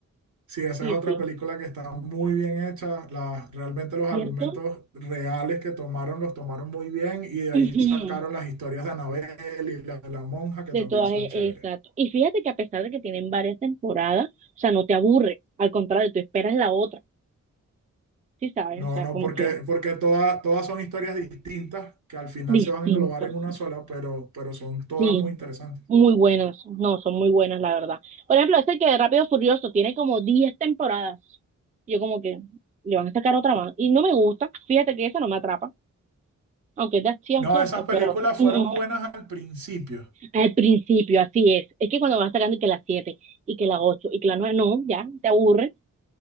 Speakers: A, on the right; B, on the right.
A: Sí, esa
B: Sí,
A: es otra
B: sí.
A: película que está muy bien hecha. La- realmente los
B: ¿Cierto?
A: argumentos reales que tomaron los tomaron muy bien y de ahí
B: Ujú.
A: sacaron las historias de Annabelle y la de la monja que
B: De
A: también
B: todas,
A: son
B: e-
A: chéveres.
B: exacto. Y fíjate que a pesar de que tienen varias temporadas, o sea, no te aburre. Al contrario, tú esperas la otra. Sí, sabes,
A: No,
B: o sea,
A: no,
B: como
A: porque,
B: que
A: porque toda- todas son historias distintas que al final
B: distintos.
A: se van a englobar en una sola, pero, pero son todas
B: Sí,
A: muy interesantes.
B: muy buenas. No, son muy buenas, la verdad. Por ejemplo, este que de Rápido y Furioso tiene como 10 temporadas. Yo como que le van a sacar otra más. Y no me gusta. Fíjate que esa no me atrapa. Aunque es de acción,
A: No,
B: ¿cierto?
A: esas películas
B: Pero... mm,
A: fueron buenas al principio.
B: Al principio, así es. Es que cuando vas sacando y que las 7 y que las 8 y que las 9 no, ya, te aburre,